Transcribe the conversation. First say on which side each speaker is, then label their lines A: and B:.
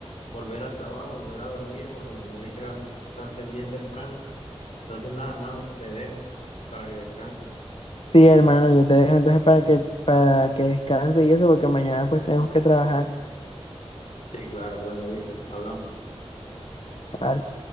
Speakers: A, on the left (about 75°); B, on the left (about 60°).
A: volver al trabajo, volver a dormir, porque mañana hay que levantarse bien temprano. Entonces, nada, hermano, te dejo para que descanses.
B: Sí, hermano, yo te dejo entonces para que, para que descanse y eso, porque mañana pues tenemos que trabajar.
A: Sí, claro, bueno, viste, hablamos.
B: ¿vale?